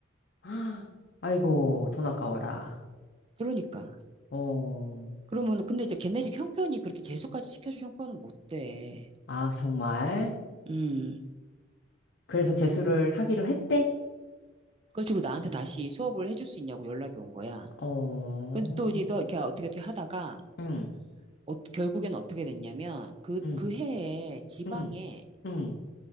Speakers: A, on the left (about 55°); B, on the right (about 25°).
A: <gasps> 아이고, 돈 아까워라.
B: 그러니까.
A: 어,
B: 그러면 근데 이제 걔네 집 형편이 그렇게 재수까지 시켜줄 형편은 못 돼.
A: 아, 정말?
B: 음.
A: 그래서 재수를 하기로 했대?
B: 그래가지고 나한테 다시 수업을 해줄 수 있냐고 연락이 온 거야.
A: 어,
B: 근데 또 이제 또 이렇게 어떻게 어떻게 하다가
A: 응,
B: 어, 결국엔 어떻게 됐냐면 그
A: 응,
B: 그 해에 지방에
A: 응, 응,